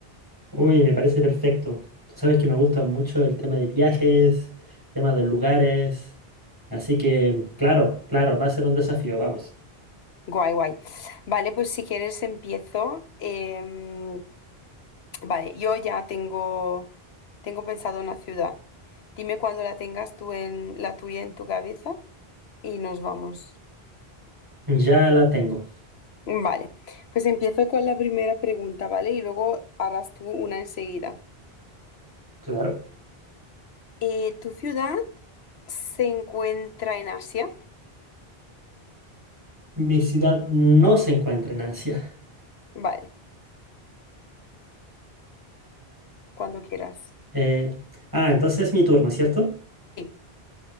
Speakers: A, on the right; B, on the left.
A: Uy, me parece perfecto. Tú sabes que me gusta mucho el tema de viajes, tema de lugares. Así que, claro, claro, va a ser un desafío, vamos.
B: Guay, guay. Vale, pues si quieres empiezo. Em, vale, yo ya tengo, tengo pensado una ciudad. Dime cuando la tengas tú en la tuya en tu cabeza y nos vamos.
A: Ya la tengo.
B: Vale, pues empiezo con la primera pregunta, ¿vale? Y luego harás tú una enseguida.
A: Claro.
B: Eh, ¿tu ciudad se encuentra en Asia?
A: Mi ciudad no se encuentra en Asia.
B: Vale, cuando quieras.
A: Eh, ah, entonces es mi turno, ¿cierto?
B: Sí.